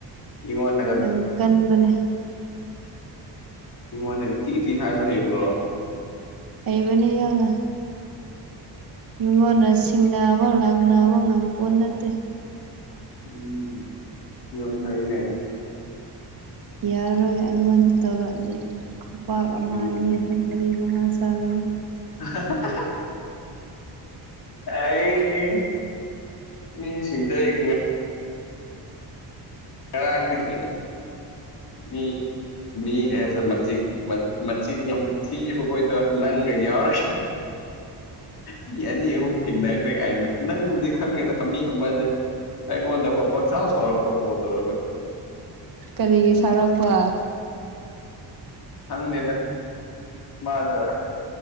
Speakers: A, on the left; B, on the right.
A: ꯏꯉꯣꯟꯗꯒ
B: ꯌꯥꯝ ꯀꯟꯕꯅꯦ
A: ꯃꯤꯉꯣꯟꯗꯒꯤ ꯊꯤ ꯊꯤ ꯍꯥꯏꯕ ꯍꯩꯕ꯭ꯔꯣ
B: ꯍꯩꯕꯅꯦ ꯌꯥꯝꯅ ꯃꯤꯉꯣꯟꯅ ꯁꯤꯡꯅꯕ ꯂꯥꯛꯅꯕ ꯉꯝꯄꯣꯠ ꯅꯠꯇꯦ
A: ꯎꯝ ꯌꯥꯝ ꯐꯩꯅꯦ
B: ꯌꯥꯔꯣꯢ ꯑꯩꯉꯣꯟ ꯇꯧꯔꯛꯑꯗꯤ ꯈꯨꯄꯥꯛ ꯑꯃ
A: ꯎꯝ
B: ꯑꯅꯤ ꯑꯍꯨꯝ ꯃꯔꯤ ꯃꯉꯥ ꯆꯥꯒꯅꯤ
A: <unintelligible> ꯑꯩꯖꯤ ꯃꯤꯖꯤꯡꯗ ꯉ ꯀꯔꯒꯅꯦ ꯃꯤ ꯃꯤ ꯃꯁꯤ ꯃꯆꯤꯟ ꯌꯥꯝ ꯊꯤꯑꯕ ꯑꯩꯈꯣꯏꯗꯣ ꯅꯪꯒ ꯌꯥꯎꯔ ꯃꯤ ꯑꯅꯤ ꯑꯍꯨꯝ ꯊꯦꯡꯅꯈ꯭ꯔꯦ ꯀꯥꯏꯅ ꯅꯪꯕꯨꯗꯤ ꯈꯪꯉꯦꯗ ꯃꯤ ꯑꯃꯁꯦ ꯑꯩꯉꯣꯟꯗꯐ ꯄꯪꯆꯥꯎ ꯁꯥꯎꯔꯛꯄ ꯀꯣ ꯇꯧꯔꯒ
B: ꯀꯔꯤꯒꯤ ꯁꯥꯎꯔꯛꯄ
A: ꯈꯡꯗꯦꯗ ꯃꯥꯗꯣ꯫